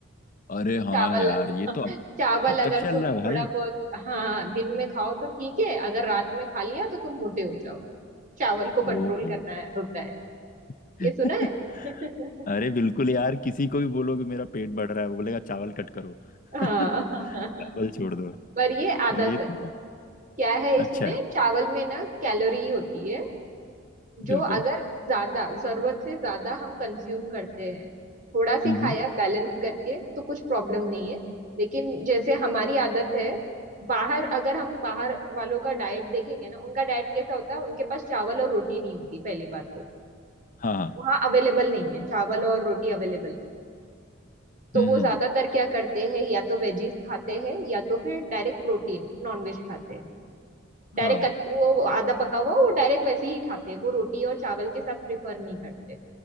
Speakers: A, on the left; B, on the right.
A: अरे हाँ
B: चावल
A: यार ये
B: <laughs>
A: तो अब
B: चावल
A: अब
B: अगर
A: तक चल
B: तुम
A: रहा है
B: थोड़ा
A: भाई
B: बहुत हाँ दिन में खाओ तो ठीक है अगर रात में खा लिया तो तुम मोटे हो जाओ चावल को कंट्रोल
A: ओहो
B: करना है, होता है
A: <laughs>
B: ये सुना है <laughs>
A: अरे बिल्कुल यार किसी को भी बोलोगे मेरा पेट बढ़ रहा है वो बोलेगा चावल कट करो <laughs>
B: हाँ
A: चावल
B: <laughs>
A: छोड़ दो
B: पर ये आधा
A: ये
B: सच
A: तो तो
B: है क्या है
A: अच्छा
B: इसमें
A: है
B: चावल में ना कैलोरी होती है जो
A: बिल्कुल
B: अगर ज्यादा जरूरत से ज्यादा हम कंज्यूम करते हैं थोड़ा सी
A: हम्म
B: खाया बैलेंस करके तो कुछ प्रॉब्लम नहीं है लेकिन जैसे हमारी आदत है बाहर अगर हम बाहर वालों का डाइट देखेंगे ना उनका डाइट कैसा होता है उनके पास चावल और रोटी नहीं होती पहली बात तो
A: हाँ हाँ
B: वहाँ अवेलेबल नहीं है चावल और रोटी अवेलेबल नहीं तो
A: हम्म
B: वो ज्यादातर क्या करते हैं या तो वेजीज खाते हैं या तो फिर डायरेक्ट प्रोटीन नॉनवेज खाते हैं डायरेक्ट
A: हाँ
B: वो आधा पका हुआ वो डायरेक्ट वैसे ही खाते हैं वो रोटी और चावल के साथ प्रिफर नहीं करते